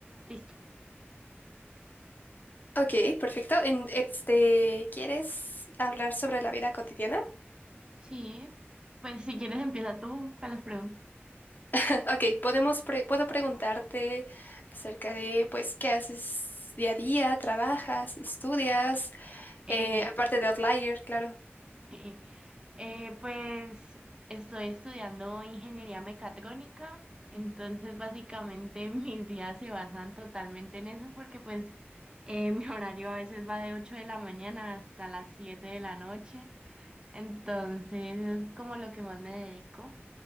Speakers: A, on the right; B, on the left.
A: Listo.
B: Ok, perfecto. En- este, ¿quieres hablar sobre la vida cotidiana?
A: Sí, pues si quieres empieza tú con las preguntas.
B: <laughs> Ok, podemos pre- puedo preguntarte acerca de, pues, qué haces día a día, trabajas, estudias,
A: Eh,
B: Eh, aparte de Outlier, claro.
A: eh, eh, pues estoy estudiando ingeniería mecatrónica, entonces básicamente <laughs> mis días se basan totalmente en eso porque pues eh, <laughs> mi horario a veces va de 8 de la mañana hasta las 7 de la noche, entonces es como lo que más me dedico.